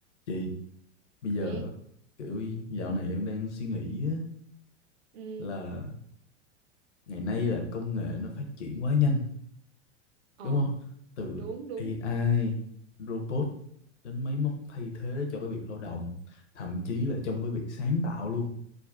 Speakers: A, on the left; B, on the right.
A: Chị, bây giờ
B: nè
A: kiểu dạo này em đang suy nghĩ á,
B: ừ
A: là ngày nay là công nghệ nó phát triển quá nhanh,
B: ờ
A: đúng không? Từ
B: đúng đúng
A: AI, robot đến máy móc thay thế cho cái việc lao động, thậm chí là trong cái việc sáng tạo luôn.